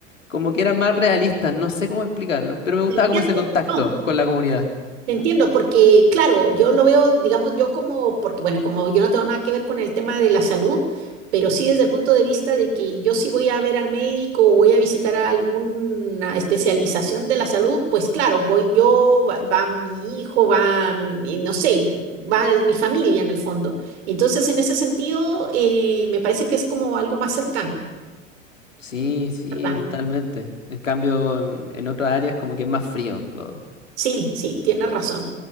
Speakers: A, on the left; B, on the right.
A: como que eran más realistas, no sé cómo explicarlo, pero me gustaba
B: te entiendo,
A: como ese contacto
B: no,
A: con la comunidad.
B: te entiendo, porque claro, yo lo veo, digamos, yo como, porque bueno, como yo no tengo nada que ver con el tema de la salud, pero sí desde el punto de vista de que yo sí voy a ver al médico o voy a visitar a alguna especialización de la salud, pues claro, voy yo, va, va mi hijo, va, mi- no sé, va mi familia en el fondo. Entonces, en ese sentido, eh, me parece que es como algo más cercano,
A: Sí, sí,
B: ¿verdad?
A: totalmente. En cambio, en en otras áreas como que es más frío todo.
B: Sí, sí, tienes razón,